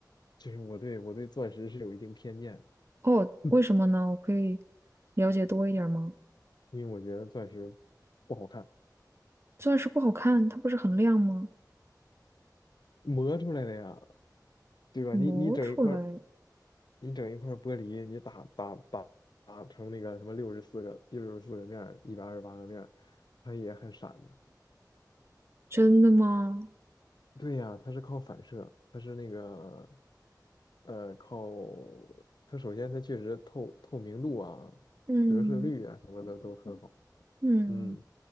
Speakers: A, on the left (about 75°); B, on the right (about 35°).
A: 就是我对我对钻石是有一定偏见的，
B: <laughs> 哦，为什么呢？
A: <laughs>
B: 我可以了解多一点儿吗？
A: 因为我觉得钻石不好看，
B: 钻石不好看，它不是很亮吗？
A: 磨出来的呀，对吧？
B: 磨出来，
A: 你你整一块儿，你整一块儿玻璃，你打打打打成那个什么六十四个六十四个面儿，一百二十八个面儿，它也很闪的。
B: 真的吗？
A: 对呀，它是靠反射，它是那个呃靠它首先它确实透透明度啊、
B: 嗯
A: 折射率啊什么的都很好，
B: 嗯，
A: 嗯，